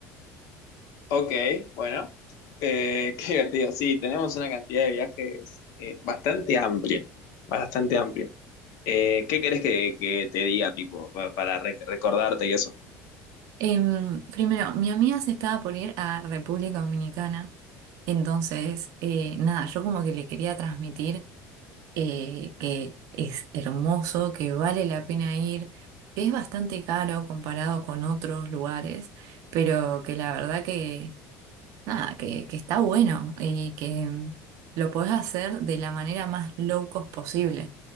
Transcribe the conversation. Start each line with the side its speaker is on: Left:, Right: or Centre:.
Left: Ok, bueno, eh, <laughs> qué divertido. Sí, tenemos una cantidad de viajes eh, bastante amplia, bastante amplia. Eh, ¿qué querés que, que te diga, tipo, pa- para re- recordarte y eso?
Right: Em, primero, mi amiga se estaba por ir a República Dominicana. Entonces, eh, nada, yo como que le quería transmitir eh, que es hermoso, que vale la pena ir, que es bastante caro comparado con otros lugares, pero que la verdad que, nada, que, que está bueno y que mm, lo podés hacer de la manera más low cost posible.